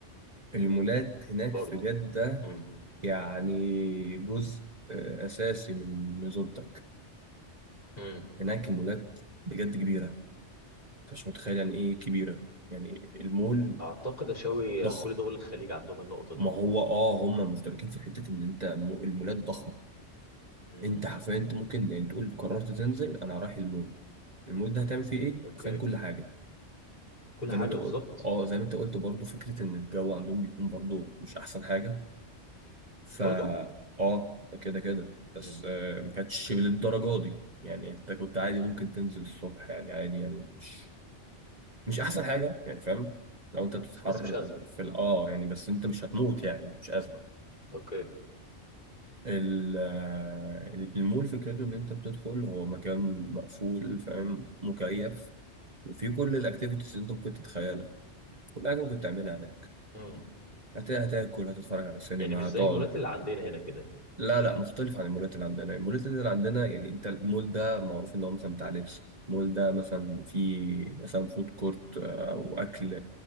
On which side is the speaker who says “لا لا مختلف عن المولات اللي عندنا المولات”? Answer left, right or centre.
Right